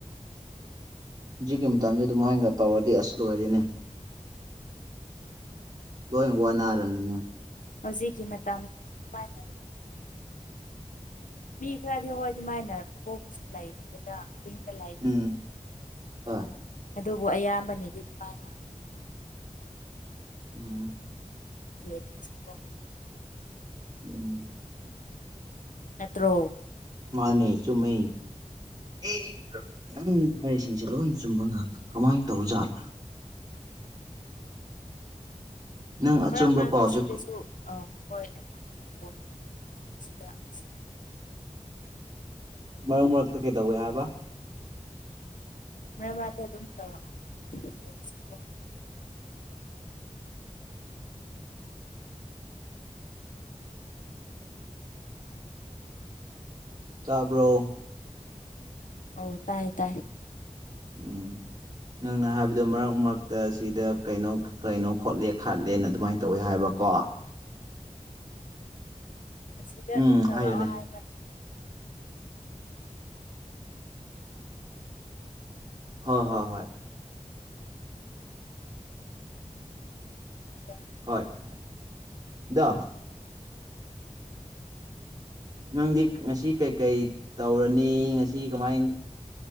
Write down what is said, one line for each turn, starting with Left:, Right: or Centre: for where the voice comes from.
Right: ꯍꯧꯖꯤꯛꯀꯤ ꯃꯇꯝꯗ ꯑꯗꯨ ꯃꯥꯢꯟꯒ ꯇꯧꯔꯗꯤ ꯑꯁ ꯂꯣꯏꯔꯦꯅꯦ ꯂꯣꯏ ꯋꯥꯅꯥꯔꯅꯤꯅꯦ
Left: ꯍꯧꯖꯤꯛꯀꯤ ꯃꯇꯝ ꯎꯄꯥꯢ ꯃꯤ ꯈꯔꯗꯤ ꯍꯣꯏ ꯑꯗꯨꯃꯥꯏꯅ ꯄꯣꯛꯄꯁꯨ ꯂꯩꯕꯅꯤꯗ ꯆꯤꯡꯗ ꯂꯩ
Right: ꯎꯝ ꯍꯣꯏ
Left: ꯑꯗꯨꯕꯨ ꯑꯌꯥꯝꯕꯅꯗꯤ ꯗꯨꯃꯥꯏꯅ
Right: ꯎꯝ
Left: ꯑꯦꯞ ꯁꯦꯀꯣ
Right: ꯎꯝ
Left: ꯅꯠꯇ꯭ꯔꯣ
Right: ꯃꯥꯟꯅꯦ ꯆꯨꯝꯃꯦ ꯑꯦ ꯅꯪꯅ ꯉꯥꯔꯤꯁꯤꯡꯁꯦ ꯂꯣꯏꯅ ꯆꯨꯝꯕ ꯉꯥꯛꯇ ꯀꯃꯥꯏ ꯇꯧꯔꯤ ꯖꯥꯠꯅꯣ ꯅꯪ ꯑꯆꯨꯝꯕ
Left: ꯃꯔꯛ ꯃꯔꯛꯇ
Right: ꯄꯥꯎꯁꯦ
Left: ꯁꯤꯗꯁꯨ ꯑꯥ ꯍꯣꯏ ꯑꯩꯉꯣꯟꯗꯒꯤ ꯄꯣꯠ ꯁꯤꯗ ꯁꯤ
Right: ꯃꯔꯛ ꯃꯔꯛꯇ ꯀꯩꯗꯧꯋꯦ ꯍꯥꯏꯕ
Left: ꯃꯔꯛ ꯃꯔꯛꯇꯥ ꯑꯗꯨꯝ ꯇꯧꯔꯛꯑꯣ ꯀꯣꯜꯁꯦꯀꯣ
Right: ꯇꯥꯕ꯭ꯔꯣ
Left: ꯑꯎ ꯇꯥꯏꯌꯦ ꯇꯥꯏꯌꯦ
Right: ꯎꯝ ꯅꯪꯅ ꯍꯥꯏꯕꯗꯣ ꯃꯔꯛ ꯃꯔꯛꯇ ꯑꯁꯤꯗ ꯀꯩꯅꯣ ꯀꯩꯅꯣ ꯈꯣꯠꯂꯦ ꯈꯥꯠꯂꯦꯅ ꯑꯗꯨꯃꯥꯏꯅ ꯇꯧꯋꯦ ꯍꯥꯏꯕꯀꯣ
Left: ꯑꯁꯤꯗ ꯑꯗꯨꯝ
Right: ꯎꯝ
Left: ꯇꯧꯔꯛꯑꯣ
Right: ꯍꯥꯏꯌꯨꯅꯦ
Left: ꯍꯥꯏꯕ
Right: ꯍꯣ ꯍꯣ ꯍꯣꯏ
Left: ꯌꯥ
Right: ꯍꯣꯏ ꯑꯗꯣ ꯅꯪꯗꯤ ꯉꯁꯤ ꯀꯩꯀꯩ ꯇꯧꯔꯅꯤ ꯉꯁꯤ ꯀꯃꯥꯏ